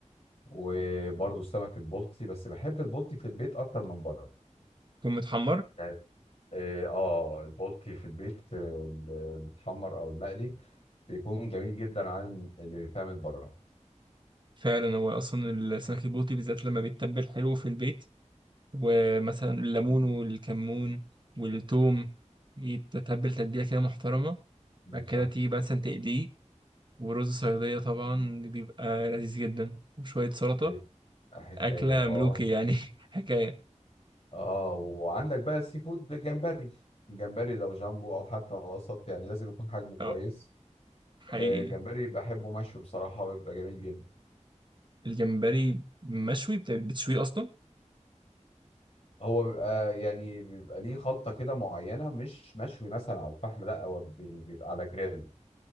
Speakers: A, on the left; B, on the right.
A: وبرضه السمك البلطي بس بحب البلطي في البيت اكتر من بره
B: يكون متحمر
A: يعني اه آه، البلطي في البيت آه، المتحمر او المقلي بيكون جميل جدا عن اللي بيتعمل بره
B: فعلا هو أصلا السمك البلطي بالذات لما بيتبل حلو في البيت ومثلا الليمون والكمون والثوم يتتبل تتبيلة كده محترمة
A: بالظبط
B: بعد كده تيجي مثلا تقليه ورز صيادية طبعا بيبقى لذيذ جدا وشوية سلطة
A: بيبقى حكاية
B: أكلة
A: اه
B: ملوكي يعني <laughs> حكاية
A: اه وعندك بقى السي فود جمبري الجمبري لو جامبو او حتى وسط يعني لازم يكون حجمه كويس
B: اه حقيقي
A: آه، الجمبري بحبه مشوي بصراحة بيبقى جميل جدا
B: الجمبري مشوي بت- بتشويه أصلا
A: هو بيبقى يعني بيبقى ليه خلطة كده معينة مش مشوي مثلا على الفحم لا هو بي- بيبقى على جريل